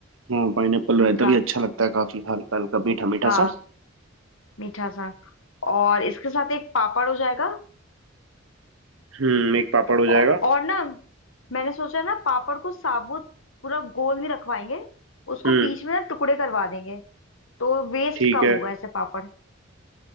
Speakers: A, on the right; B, on the left.
A: हाँ पाइनएप्पल
B: मीठा
A: रायता भी अच्छा लगता है काफी हल्का हल्का मीठा मीठा
B: हाँ
A: सा
B: मीठा सा और इसके साथ एक पापड़ हो जाएगा
A: हम्म एक पापड़ हो जाएगा
B: औ, और ना मैंने सोचा ना पापड़ को साबुत पूरा गोल नहीं रखवाएंगे उसको
A: हम्म
B: बीच में ना टुकड़े करवा देंगे तो वेस्ट
A: ठीक
B: कम
A: है
B: होगा ऐसे पापड़